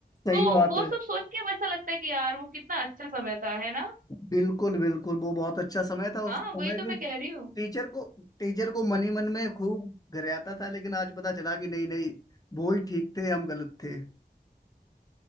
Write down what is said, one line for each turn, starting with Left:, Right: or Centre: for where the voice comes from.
Left: सही
Right: तो
Left: बात
Right: वो
Left: है
Right: सब सोच के अब ऐसा लगता है कि यार वो कितना अच्छा समय था है ना
Left: बिल्कुल बिल्कुल वो बहुत अच्छा समय था
Right: हाँ
Left: उस समय
Right: वही तो
Left: के
Right: मैं कह रही हूँ
Left: टीचर को टीचर को मन ही मन में खूब गरियाता था लेकिन आज पता चला कि नहीं नहीं वो ही ठीक थे हम गलत थे